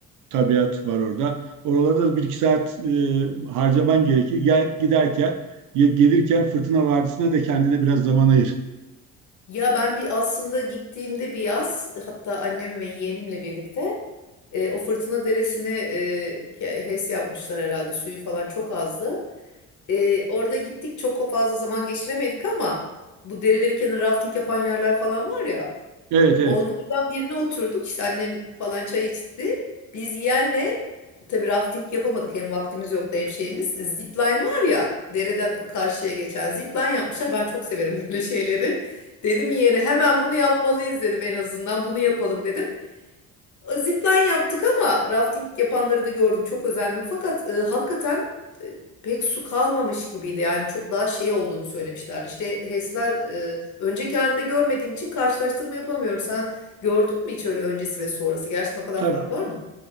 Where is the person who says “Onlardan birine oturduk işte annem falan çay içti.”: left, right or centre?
Left